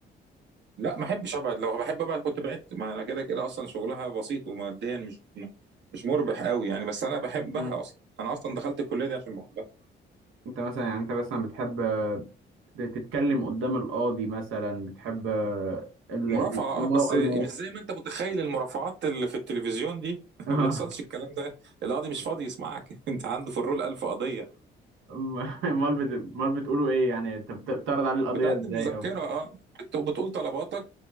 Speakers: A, on the right; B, on the right.
A: لا ما أحبش أبعد لو بحب أبعد كنت بعدت ما أنا كده كده أصلا شغلها بسيط وماديا مش مش مربح قوي يعني بس أنا بحبها
B: امم
A: أصلا أنا أصلا دخلت الكلية دي عشان بحبها
B: انت مثلا يعني انت مثلا بتحب تتكلم قدام القاضي مثلا بتحب ال- ال-
A: مرافعة
B: المو...
A: اه بس مش
B: المو...
A: زي ما انت متخيل المرافعات اللي في التلفزيون دي <laughs>
B: آه.
A: ما بيحصلش الكلام ده القاضي مش فاضي يسمعك <laughs> انت عنده في الرول ألف قضية
B: <laughs> امال بت... امال بتقولوا ايه يعني انت بت- بتعرض عليه القضية
A: بتقدم
B: ازاي
A: مذكرة
B: او
A: اه بت- بتقول طلباتك